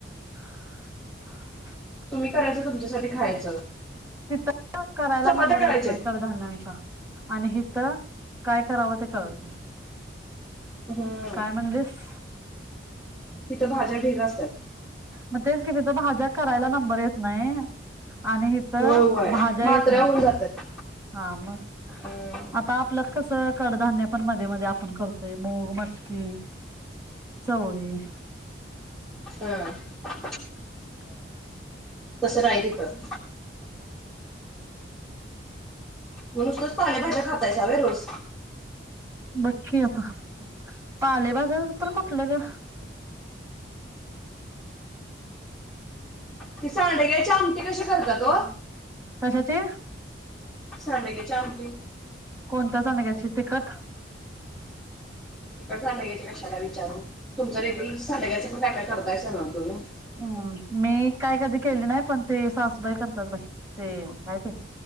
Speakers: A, on the right; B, in the centre.
A: <inaudible>
B: तुम्ही करायचं तुमच्यासाठी खायाच.
A: तिथ <unintelligible> करायला
B: चपात्या
A: नंबर
B: करायच्या
A: येत नाही
B: आहेत.
A: कडधान्यांचा. आणि हे इथं काय करावं ते कळत नाही.
B: हम्म
A: काय म्हणलीस?
B: तिथं भाज्या ढीग असत्यात.
A: मग तेच कि तिथ भाज्या करायला नंबर येत नाहीय आणि हित
B: होय होय
A: भाज्या
B: मात्र्या
A: येत नाहीत.
B: होऊन जातात.
A: <inaudible> हा, मग
B: हम्म
A: आता आपलं कडधान्य पण मध्ये-मध्ये आपण करतोय मूग, मटकी, चवळी.
B: हअ.
A: <inaudible>
B: तसं राईल ईथं. म नुसतच पालेभाज्या खातायसा व्हयं रोज?
A: बग कीं आता, पालेभाज्या तर कुठलं गं?
B: ती सांडग्याची आमटी कशी करतात ओ?
A: कशाची?
B: सांडग्याची आमटी?
A: कोणत्या सांडग्याची? तिखट.
B: तिखट सांडग्याचीं कशाला विचारू? तुमचं रेग्युलर सांडग्याच पण काय काय करत काय सांगणार हुतो मीं?
A: ओम, मी काय कधी केले नाही, पण ते सासूबाई करतात बाई. ते काय ते